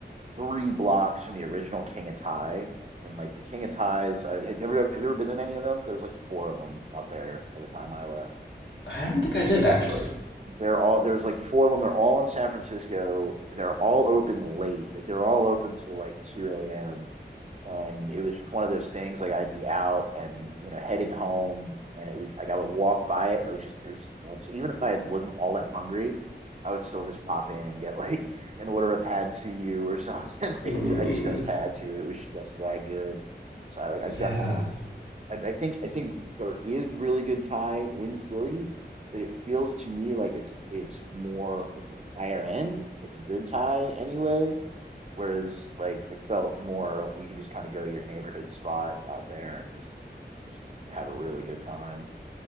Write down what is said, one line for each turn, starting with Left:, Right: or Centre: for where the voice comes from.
Right: three blocks from the original King of Thai. And like the King of Thais, I, had you ever have you ever been in any of them? There was like four of them out there by the time I left.
Left: I don't think I did actually.
Right: They're all there's like four of them. They're all in San Francisco. They're all open late. Like they're all open till like two a.m and it was just one of those things like I'd be out and you know heading home and it was like I would walk by it and it was just it was just too even if I wasn't all that hungry I would still just pop in and get <laughs> like and order a pad see you or something <laughs>
Left: Mm,
Right: like I ju- I just had to it was just that good so I like I definitely
Left: yeah,
Right: I, I think I think there is really good Thai in Philly but it feels to me like it's it's more it's a higher end like a good Thai anyway Whereas like it felt more you could just kind of go to your neighborhood spot out there and just just have a really good time.